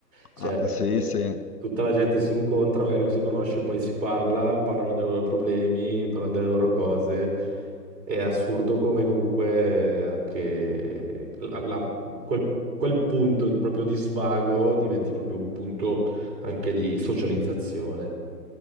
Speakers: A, on the right; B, on the left.
A: Cioè,
B: Ah, sì,
A: dove
B: sì.
A: tutta la gente si incontra, magari non si conosce, poi si parla, parlano dei loro problemi, parlano delle loro cose. È assurdo come comunque anche la- la- quel, quel punto proprio di svago diventi proprio un punto anche di socializzazione.